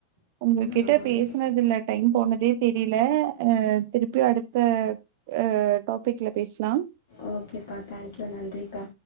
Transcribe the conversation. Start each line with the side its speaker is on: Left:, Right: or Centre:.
Right: உங்ககிட்ட
Left: ஆமாங்க
Right: பேசுனதுல டைம் போனதே தெரிலே அ திருப்பி அடுத்த அ டாப் வீட்ல பேஸ்லாம்
Left: ஓகேப்பா தேங்க் யூ நன்றிப்பா